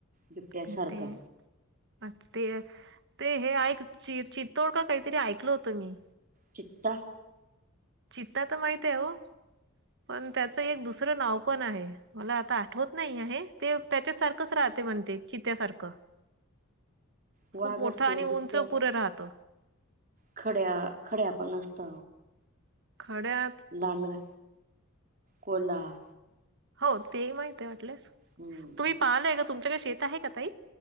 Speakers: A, on the right; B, on the right.
A: बिबट्या
B: आणि
A: सारखं
B: ते. अच्छ ते, ते हे ऐक ची चितोड का काहीतरी ऐकलं होतं मी.
A: चित्ता.
B: चित्ता तर माहित हाय हो, पण त्यात एक दुसरं नाव पण आहे. मला आता आठवत नाही आहे. ते त्याच्या सारखंच राहते म्हणते चित्यासारखं.
A: वाघ
B: खूप मोठं
A: असतो
B: आणि उंच
A: बिबट्या
B: पुढ राहत.
A: खड्या खड्या पण असत.
B: खड्या
A: लांडगा, कोल्हा.
B: हो. ते माहित आहे वाटलेस.
A: हम्म.
B: तुम्ही पाहिलय का तुमच्याकडे शेत आहे का ताई?